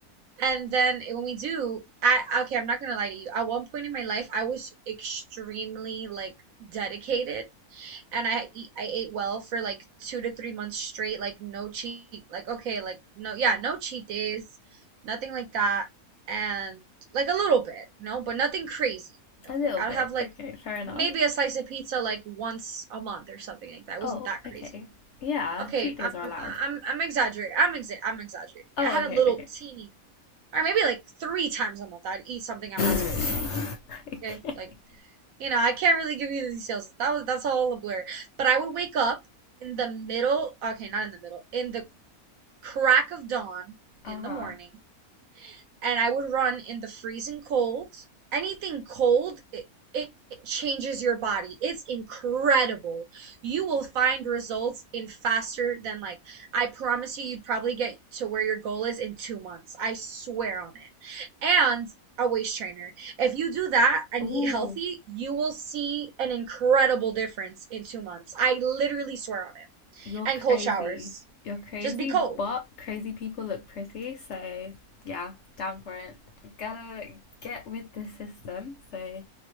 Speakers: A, on the right (about 70°); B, on the left (about 65°).
A: And then eh, when we do, I okay, I'm not gonna lie to you. At one point in my life, I was extremely like dedicated and I eat, I ate well for like two to three months straight, like no cheat, like okay, like no, yeah, no cheat days, nothing like that, and like a little bit, you know, but nothing crazy,
B: <laughs>
A: you
B: A
A: know,
B: little
A: like I'll
B: bit.
A: have like
B: Okay, fair enough.
A: maybe a slice of pizza like once a month or something like that. It
B: Oh,
A: wasn't that crazy.
B: okay. Yeah,
A: Okay,
B: cheat days
A: I'm
B: are allowed.
A: I'm I'm exaggerating. I'm exa I'm exaggerating.
B: Oh,
A: I had
B: okay,
A: a little
B: okay.
A: teeny, or maybe like three times a month I'd eat something I'm not
B: <laughs>
A: supposed to.
B: Okay.
A: Okay, like you know, I can't really give you the details. That was that's all a blur. But I would wake up in the middle, okay, not in the middle, in the crack of dawn
B: Uh-huh.
A: in the morning, and I would run in the freezing cold. Anything cold, it, it, it changes your body. It's incredible. You will find results in faster than like I promise you, you'd probably get to where your goal is in two months. I swear on it. And a waist trainer. If you do that and
B: Ooh.
A: eat healthy, you will see an incredible difference in two months. I literally swear on it.
B: You're
A: And
B: crazy.
A: cold showers.
B: You're crazy,
A: Just be cold.
B: but crazy people look pretty, so yeah, down for it. Gotta get with the system. So